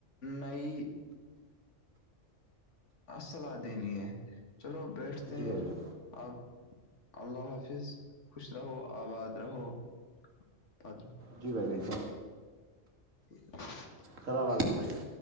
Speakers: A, on the left; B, on the right.
A: نئی صلاح دینی ہے چلو بیٹھتے
B: جی بھائی
A: ہیں
B: جان
A: آپ اللہ حافظ خوش رہو آباد رہو ر
B: جی
A: شکریہ
B: بھائی جان
A: <unintelligible> ٹھیک
B: خراب آال تھامھیا